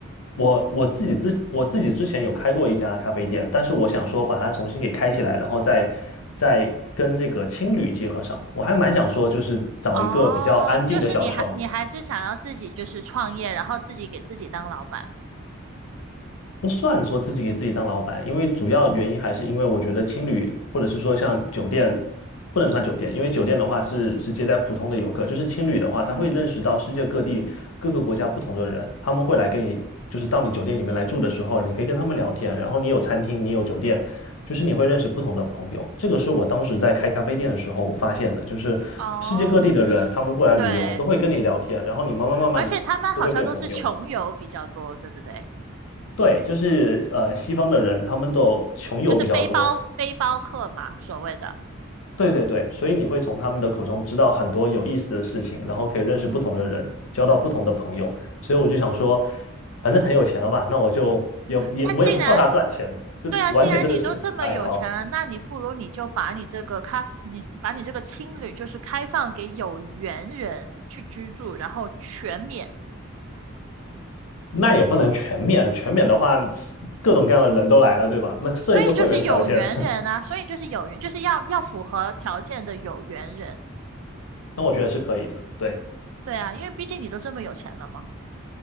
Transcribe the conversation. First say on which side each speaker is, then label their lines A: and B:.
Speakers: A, on the left; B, on the right.
A: 我我自己自我自己之前有开过一家咖啡店，但是我想说把它重新给开起来，然后再再跟这个青旅结合上，我还蛮想说就是找一个比较安静的小城。
B: 哦，就是你还你还是想要自己就是创业，然后自己给自己当老板。
A: 不算说自己给自己当老板，因为主要原因还是因为我觉得青旅或者是说像酒店不能算酒店，因为酒店的话是是接待普通的游客，就是青旅的话，
B: 嗯，
A: 他会认识到世界各地各个国家不同的人，他们会来跟你，就是到你酒店里面来住的时候，你可以跟他们聊天，然后你有餐厅，你有酒店，就是你会认识不同的朋友。这个是我当时在开咖啡店的时候我发现的，就是世界各地的人他们过来旅游都会跟你聊天，
B: 哦，对，
A: 然后你慢慢慢慢都会变朋友。
B: 而且他们好像都是穷游比较多，对不对？
A: 对，就是呃，西方的人他们都穷游比较多，
B: 就是背包背包客嘛，所谓的。
A: 对对对，所以你会从他们的口中知道很多有意思的事情，然后可以认识不同的人，
B: 嗯。
A: 交到不同的朋友。所以我就想说，反正很有钱了嘛，那我就也也我也不靠他赚钱，
B: 那既然，
A: 就完全就是兴趣爱好。
B: 对啊，既然你都这么有钱了，那你不如你就把你这个咖啡，你把你这个青旅就是开放给有缘人去居住，然后全免。
A: 那也不能全免，全免的话，各种各样的人都来了，对吧？那设一个会员条件，
B: 所以就是有缘人啊，
A: <laughs>
B: 所以就是有缘，就是要要符合条件的有缘人。
A: 那我觉得是可以的。对，
B: 对啊，因为毕竟你都这么有钱了嘛。